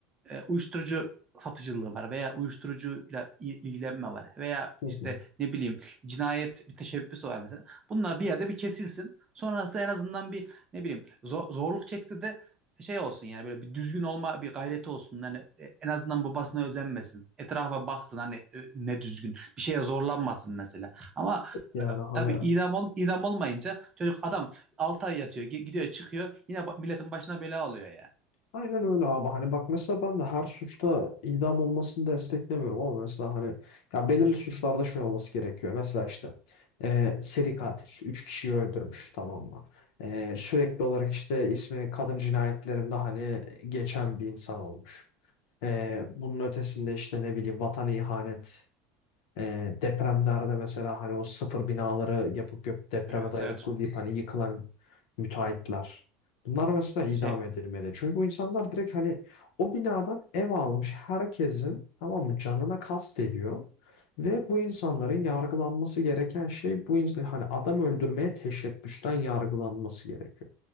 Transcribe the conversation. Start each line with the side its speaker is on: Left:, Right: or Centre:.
Right: e, uyuşturucu satıcılığı var veya uyuşturucuyla ilgilenme var veya
Left: Hı
Right: işte
Left: hı.
Right: ne bileyim cinayet bir teşebbüsü var mesela. Bunlar bir yerde bir kesilsin. Sonrası en azından bir ne bileyim zo- zorluk çekse de şey olsun yani böyle bir düzgün olma bir gayreti olsun. Yani e, en azından babasına özenmesin. Etrafa baksın hani e, ne düzgün. Bir şeye zorlanmasın mesela. Ama
Left: Yani
Right: e,
Left: hani
Right: tabii idam ol idam olmayınca çocuk adam 6 ay yatıyor, gidiyor, çıkıyor. Yine milletin başına bela oluyor ya.
Left: aynen öyle abi. Hani bak mesela ben de her suçta idam olmasını desteklemiyorum ama mesela hani ya belirli suçlarda şöyle olması gerekiyor. Mesela işte e, seri katil 3 kişiyi öldürmüş tamam mı? E, sürekli olarak işte ismi kadın cinayetlerinde hani geçen bir insan olmuş. E, bunun ötesinde işte ne bileyim vatan ihanet E, depremlerde mesela hani o sıfır binaları yapıp yapıp depreme
Right: Evet
Left: dayanıklı
Right: evet.
Left: deyip hani yıkılan müteahhitler. Bunlar mesela idam
Right: Şey
Left: edilmeli. Çünkü bu insanlar direkt hani o binadan ev almış herkesin tamam mı canına kast ediyor. Ve bu insanların yargılanması gereken şey bu insan hani adam öldürmeye teşebbüsten yargılanması gerekiyor.